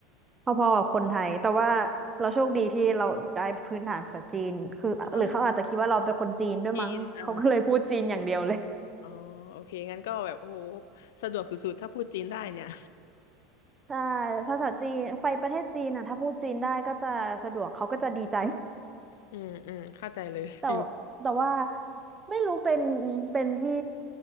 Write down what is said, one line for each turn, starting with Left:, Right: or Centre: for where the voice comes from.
Right: พอๆกับคนไทยแต่ว่าเราโชคดีที่เราได้พื้นฐานภาษาจีนคือหรือเขาอาจจะคิดว่าเราเป็นคนจีนด้วยมั้งเขาก็เลยพูดจีนอย่างเดียวเลย
Left: อ้าวจีนอ่าอ๋อโอเคงั้นก็แบบโอ้โหสะดวกสุดๆถ้าพูดจีนได้เนี่ย
Right: ใช่ภาษาจีนไปประเทศจีนอ่ะถ้าพูดจีนได้ก็จะสะดวกเขาก็จะดีใจ
Left: อืมอืมเข้าใจเลยฟิล
Right: <laughs> แต่แต่ว่าไม่รู้เป็นเป็นที่